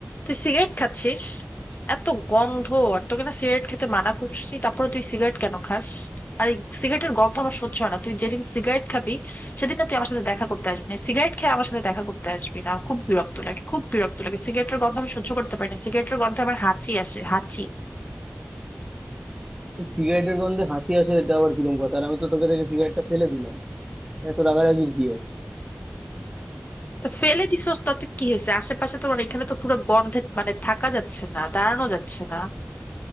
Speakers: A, on the left (about 45°); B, on the right (about 20°).
A: তুই সিগারেট খাচ্ছিস এত গন্ধ আর তোকে না সিগারেট খেতে মানা করছি তারপরে তুই সিগারেট কেন খাস আর এই সিগারেটের গন্ধ আমার সহ্য হয় না তুই যেদিন সিগারেট খাবি সেদিন না তুই আমার সাথে দেখা করতে আসবি না সিগারেট খেয়ে আমার সাথে দেখা করতে আসবি না আমার খুব বিরক্ত লাগে খুব বিরক্ত লাগে সিগারেটের গন্ধ আমি সহ্য করতে পারি না সিগারেটের গন্ধে আমার হাঁচি আসে হাঁচি
B: সিগারেটের গন্ধে হাসি আসে এটা আবার কিরম কথা আর আমি তো তোকে দেখে সিগারেটটা ফেলে দিলাম এত রাগারাগির কি আছে
A: তো ফেলে দিছস তাতে কি হয়েছে আশেপাশে তোমার এখানে তো পুরো গন্ধে মানে থাকা যাচ্ছে না দাঁড়ানো যাচ্ছে না